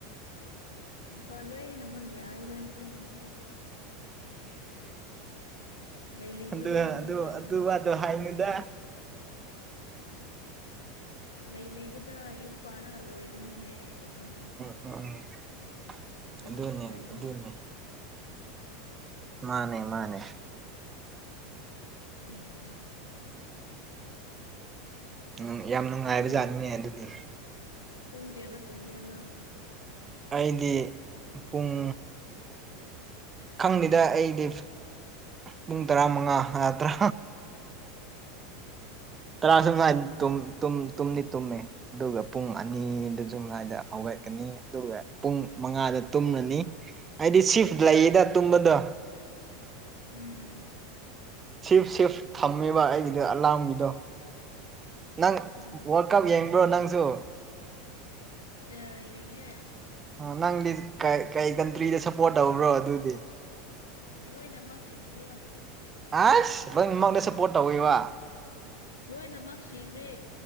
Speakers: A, on the left; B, on the right.
A: ꯅꯨꯨꯄꯥ ꯂꯣꯏꯅꯃꯛ ꯌꯥꯏꯗ ꯑꯩꯈꯣꯏꯒꯤꯗꯤ ꯑꯥꯗꯨꯒꯤ ꯂꯩ ꯂꯩꯕꯗ
B: ꯑꯗꯨ
A: ꯌꯨꯝ
B: ꯑꯗꯨ
A: ꯄꯥꯜꯂꯒ
B: ꯑꯗꯨ ꯋꯥꯗꯣ
A: ꯂꯣꯏꯔꯅꯤ
B: ꯍꯥꯏꯅꯨꯗ
A: ꯂꯩ ꯂꯩꯕꯗ ꯌꯨꯝ ꯄꯥꯔꯒ ꯂꯣꯏꯔꯅꯤꯅꯦ ꯑꯩꯈꯣꯏꯗꯤ
B: <inaudible>
A: ꯀꯔꯤꯁꯨꯨ
B: ꯑꯗꯨꯅꯦ
A: ꯀꯥꯏꯗꯦꯅꯦ
B: ꯑꯗꯨꯅꯦ ꯃꯥꯅꯦ ꯃꯥꯅꯦ
A: ꯎꯝ
B: ꯎꯝ ꯌꯥꯝ ꯅꯨꯡꯉꯥꯏꯕ
A: ꯑꯗꯨ
B: ꯖꯥꯅꯤꯅꯦ ꯑꯗꯨꯗꯤ
A: ꯄꯨꯡ ꯀꯌꯥꯗ ꯇꯨꯝꯃꯤꯔ ꯅꯪ
B: ꯑꯩꯗꯤ ꯄꯨꯡ ꯈꯪꯅꯤꯗ ꯑꯩꯗꯤ ꯄꯨꯡ ꯇꯔꯥ ꯃꯉꯥ ꯇꯔꯥ ꯇꯔꯥ ꯁꯝꯉꯥꯏ ꯇꯨꯝ ꯇꯨꯝ ꯇꯨꯝꯗꯤ ꯇꯨꯝꯃꯦ ꯑꯗꯨꯒ ꯄꯨꯡ ꯑꯅꯤꯗ ꯁꯨ ꯉꯥꯏꯗ ꯍꯧꯒꯠꯀꯅꯤ ꯑꯗꯨꯒ ꯄꯨꯡ ꯃꯉꯥꯗ ꯇꯨꯝꯂꯅꯤ ꯍꯥꯏꯗꯤ ꯁꯤꯐ ꯂꯩꯗ ꯇꯨꯝꯕꯗꯣ
A: ꯎꯝ
B: ꯁꯤꯐ ꯁꯤꯐ ꯊꯝꯃꯦꯕ ꯑꯩꯒꯤꯗꯣ ꯑꯂꯥꯝꯒꯤꯗꯣ
A: <inaudible>
B: ꯅꯪ
A: ꯎꯝ
B: ꯋꯥꯔꯜ ꯀꯞ ꯌꯦꯡꯕ꯭ꯔꯣ ꯅꯪꯁꯨ
A: ꯑꯥ ꯌꯦꯡꯉꯦ
B: ꯑꯥ ꯅꯪꯗꯤ ꯀꯩ ꯀꯩ ꯀꯟꯇ꯭ꯔꯤꯗ ꯁꯞꯄꯣꯔꯠ ꯇꯧꯕ꯭ꯔꯣ ꯑꯗꯨꯗꯤ
A: ꯂꯣꯏꯅꯃꯛ ꯁꯤ <unintelligible>
B: ꯑꯁ ꯂꯣꯏꯅ ꯃꯪꯗ ꯁꯞꯄꯣꯔꯠ ꯇꯧꯋꯦꯕ
A: ꯂꯣꯏꯅꯃꯛ ꯁꯤꯈ꯭ꯔꯦ